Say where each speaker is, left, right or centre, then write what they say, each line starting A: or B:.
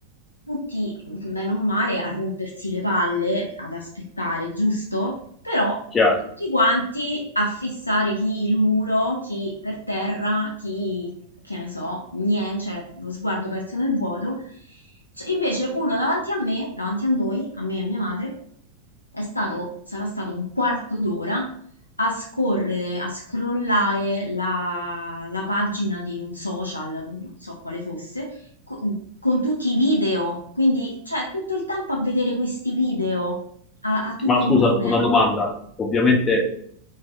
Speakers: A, on the left (about 80°); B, on the left (about 25°).
A: tutti, bene o male, a rompersi le palle, ad aspettare, giusto? Però
B: Chiaro.
A: tutti quanti a fissare chi il muro, chi per terra, chi, che ne so, niente, cioè lo sguardo perso nel vuoto. Cioè, invece uno davanti a me, davanti a noi, a me e mia madre, è stato, sarà stato un quarto d'ora a scorrere, a scrollare la, la pagina di un social, che non so quale fosse, co- con, tutti i video. Quindi, cioè, tutto il tempo a vedere questi video a, a tutto
B: Ma scusa,
A: volume.
B: una domanda. Ovviamente